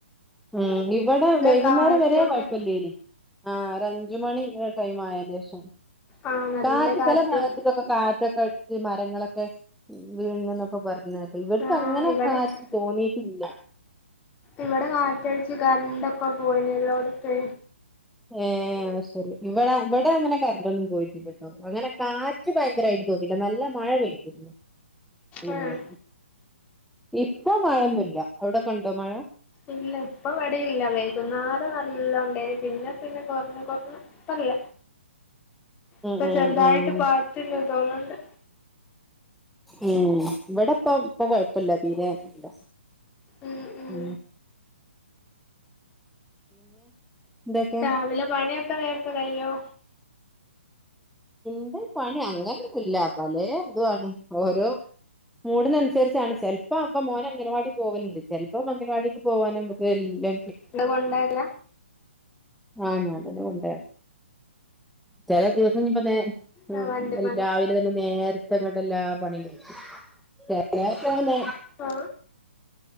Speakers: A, in the centre; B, on the left.
A: ഉം ഇവിടെ വൈകുന്നേരം
B: കാറ്റൊക്കെ
A: വര കുഴപ്പില്ല ഇന് ആഹ ഒരു അഞ്ച മണി ടൈം ആയാലേ ഉം
B: ആ നല്ല
A: കാറ്റ്
B: കാറ്റും
A: ചല ഭാങ്ങത്തി തക്ക കാ കാറ്റ് അടിച്ച് മരങ്ങളൊക്കെ വീഴ എന്നൊക്കെ പറു എന്നന്നല്ല ഇവർക്ക്
B: ആ
A: അങ്ങനെ
B: ഇവിടെക്കെ
A: കാറ്റി തോന്നീയിട്ടില്ല
B: ഇവിടെ കാറ്റടിച്ചു കറണ്ട് ഒക്കെ പോയി എല്ലാംടുത്ത്
A: ഏർ ശരി ഇവിടെ ഇവിടെ അങ്ങനെ കറണ്ട്ന്നും പോയിട്ടില്ലട്ടോ അങ്ങനെ കാറ്റ് ഭയങ്കരായിട്ട് തോന്നല്ല നല്ല മഴ പെയട്ടിരുന്നു പിന്നെ
B: ആഹ്
A: ഇപ്പൊ മഴൊന്നുമല്ല എവിടെ കണ്ടോ മഴ
B: ഇല്ല ഇപ്പൊ വടിയില്ല വൈകുന്നേരം നല്ല ഉണ്ടായിന് പിന്നെ പിന്നെ കൊറഞ്ഞ കൊറഞ്ഞ ഇപ്പല്ല
A: ഉം
B: ഇപ്പൊ
A: ഉം
B: ചെറുതായിട്ട്
A: ഉം
B: പാറ്റില്ല തോന്നുന്നുണ്ട്
A: ഉം ഇവിടെപ്പ ഇപ്പൊ കൊഴപ്പില്ല തീരെല്ല
B: ഉം ഉം
A: ഉ എന്തൊക്കെയാ
B: രാവിലെ പണിയൊക്കെ നേർത്തെ കയ്യോ
A: എന്റെ പണി അങ്ങനൊ ഇല്ല പല എതുണ് ഓരോ മൂടിനനുസരിച്ചാണ് ചെലപ്പോ അപ്പ മോന അംഗലവാടി പോവലുണ്ട് ചെപ്പോ അംഗലവാടിക്ക് പോകാന നമ്മുക്ക് എല്ല
B: എന്ത കൊണ്ടല്ല
A: ആ ഞൻന്ന കൊണ്ട ചെല ദിവസം നിപ്പന്നെ ആ
B: ആഹ് വണ്ടിമ്മലോ
A: രാവിലെ തന്നെ നേർ ഇങ്ങോട്ടല്ലാ പണിങ്കി ചേലെടത്തിങ്ങനെ
B: ആ